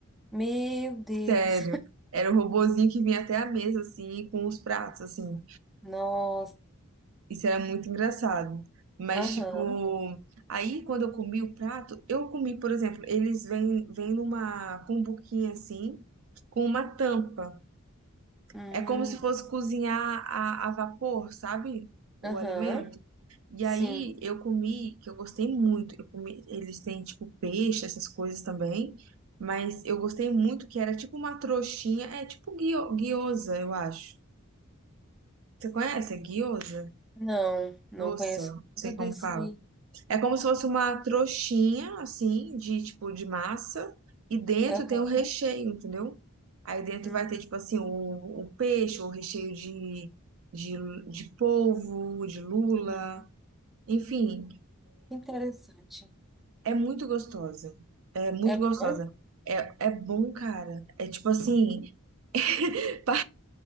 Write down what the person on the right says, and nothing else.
Sério. Era o robozinho que vinha até a mesa, assim, com os pratos, assim.
Isso era muito engraçado. Mas,
tipo, aí quando eu comi o prato, eu comi, por exemplo, eles vêm vêm numa cumbuquinha, assim, com uma tampa.
É como se fosse cozinhar a, a vapor, sabe? O
alimento. E
aí eu comi, que eu gostei muito. Eu comi, eles têm, tipo, peixe, essas coisas também. Mas eu gostei muito que era tipo uma trouxinha, é tipo guio- guiosa, eu acho. Você conhece a gyoza?
Doça,
não sei
como fala. É como se fosse uma trouxinha, assim, de tipo de massa, e dentro
tem o recheio, entendeu? Aí dentro
vai ter, tipo assim, o, o peixe, o recheio de, de, de polvo, de lula.
Enfim,
é muito gostosa. É muito
gostosa. É, é bom, cara. É tipo assim, <laughs> pa-